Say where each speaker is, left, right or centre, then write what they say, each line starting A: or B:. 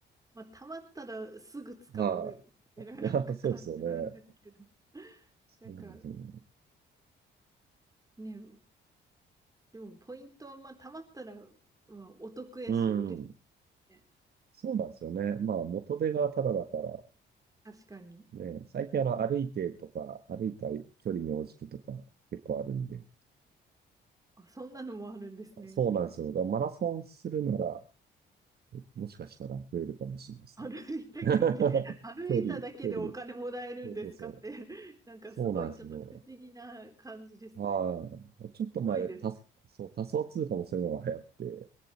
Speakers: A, on the right; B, on the right.
A: まあ、たまったらすぐ使う
B: はい。
A: みたいな感じなんですけど。
B: <laughs> そうですよね。そうですよね。
A: なんかね、でもポイント、まあ、たまったら、まあ、お得やし、
B: うん。
A: 嬉しいね。
B: そうなんですよね。まあ、元手がタダだから、
A: 確かに。
B: ね、最近あの、歩いてとか、歩いた距離に応じてとか、結構あるんで。
A: あ、そんなのもあるんですね。
B: そうなんですよ。だからマラソンするなら、えもしかしたら増えるかもしれないですね。
A: 歩いた距離、
B: <laughs>
A: <laughs> 歩いただけでお金もらえるんですかって、
B: 距離、距離。そうそうそう。
A: <laughs> なんかすごいちょっと不思議な感じですね。
B: そうなんですよ。はい。ちょっと前、
A: すごいです。
B: 仮そう、仮想通貨もそういうのが流行って、